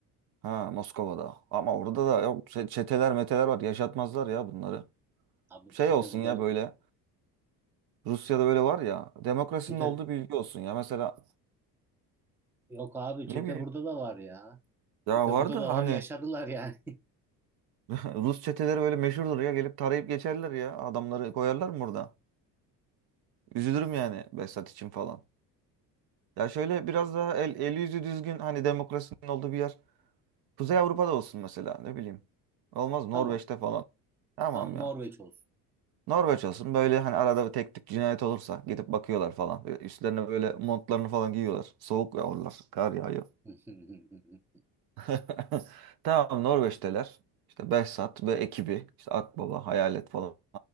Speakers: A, on the right; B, in the centre.
A: Ha Moskova'da. Ama orada da yok çe- çeteler meteler var. Yaşatmazlar ya bunları.
B: Abi
A: Şey
B: çete
A: olsun
B: burada
A: ya böyle. Rusya'da böyle var ya. Demokrasinin
B: çete
A: olduğu bir ülke olsun ya. Mesela
B: yok abi çete
A: ne bileyim.
B: burada da var ya.
A: Ya
B: Çete
A: var
B: burada
A: da
B: da
A: hani
B: var yaşadılar yani.
A: <laughs> Rus çeteleri böyle meşhurdur ya. Gelip tarayıp geçerler ya. Adamları koyarlar mı burada? Üzülürüm yani Behzat için falan. Ya şöyle biraz daha el, el yüzü düzgün hani demokrasinin olduğu bir yer. Kuzey Avrupa'da olsun mesela ne bileyim. Olmaz Norveç'te
B: <laughs> Tamam.
A: falan. Tamam
B: Tamam
A: ya.
B: Norveç olsun.
A: Norveç olsun böyle hani arada bir tek tük cinayet olursa gidip bakıyorlar falan. Böyle Üstlerine böyle montlarını falan giyiyorlar. Soğuk yağıyorlar. Kar yağıyor.
B: <laughs>
A: <laughs> Tamam Norveç'teler. İşte Behzat ve ekibi. işte Akbaba, Hayalet falan.